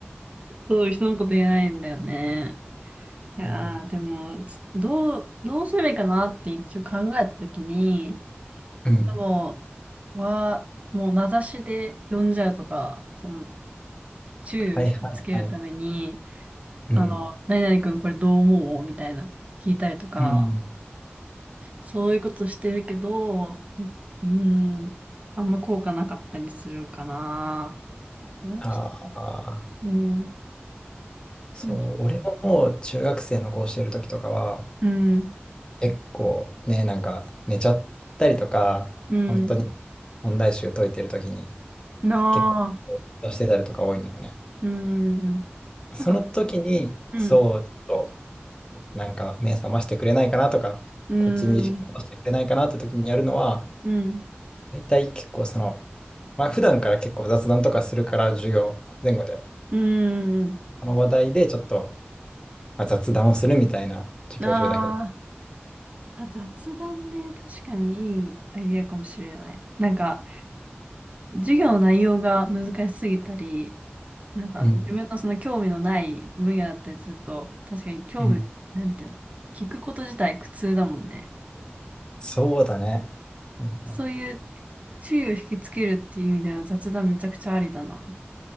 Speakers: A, on the right; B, on the left.
A: そう、人のこと言えないんだよね。いやー、
B: うん。
A: でも、ちょっとどう、どうすればいいかなって一応考えたときに、
B: うん
A: でも、は、もう名指しで呼んじゃうとか、その、注意を引きつけるために、
B: はいはいはい。うん。
A: あの、何々君これどう思うみたいな、聞いたりとか、
B: うん。
A: そういうことしてるけど、うん、あんま効果なかったりするかな。どうし
B: ああ、
A: うん、鈴木
B: そう、俺も中学生の子をしてる時とかは、
A: うん、
B: 結構ね、なんか寝ちゃったりとか、
A: うん、
B: 本当問題集解いてる時に
A: なあ、
B: 結構出してたりとか多いんだよね。
A: うん、
B: その時に、
A: なんか、うん、
B: そう、ちょっなんか目覚ましてくれないかなとか、
A: うん、
B: こっちに意識を戻してくれないかなって時にやるのは、
A: うん、
B: 大体結構その、まあ普段から結構雑談とかするから、授業前後で、
A: うん、
B: その話題でちょっと、まあ、雑談をするみたいな授業中だけど。
A: なあ、あ、雑談ね、確かにいいアイディアかもしれない。なんか、授業の内容が難しすぎたり、なんか自分のその興味のない分野だったりすると、
B: うん、
A: 確かに興味、
B: うん
A: なんていうの、聞くこと自体苦痛だもんね。
B: そうだね。うんうん
A: そういう注意を引きつけるっていう意味では雑談めちゃくちゃありだな。